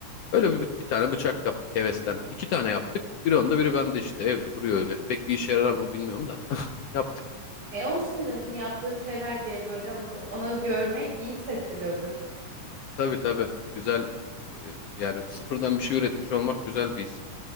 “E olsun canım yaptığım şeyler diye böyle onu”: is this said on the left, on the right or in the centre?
Right